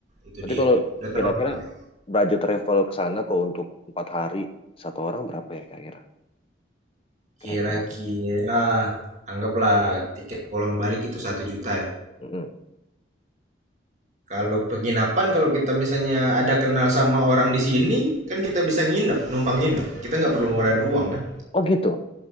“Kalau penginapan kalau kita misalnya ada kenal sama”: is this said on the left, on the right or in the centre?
Right